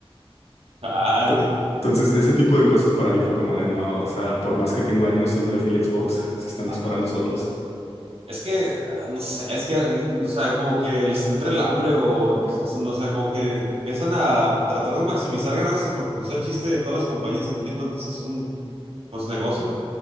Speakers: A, on the right; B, on the left.
A: Dale.
B: To- Entonces, ese tipo de cosas para mí fue como de no, o sea, por más que tengo años siéndole fiel a Xbox, se están
A: Ajá.
B: disparando solos.
A: Es que, ah, no sé, es que, mm, o sea, como que les entra el hambre o, empiezan- no, o sea, como que empiezan a tratar de maximizar ganancias porque pues el chiste de todas las compañías, a fin de cuentas, es un, pues, negocio